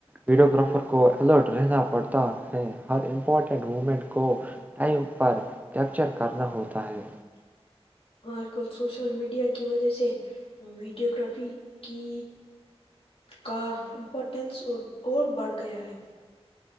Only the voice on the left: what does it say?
آج کل سوشل میڈیا کی وجہ سے ویڈیو گگرافی کی کا امپورٹینس اور اور بڑھ گیا ہے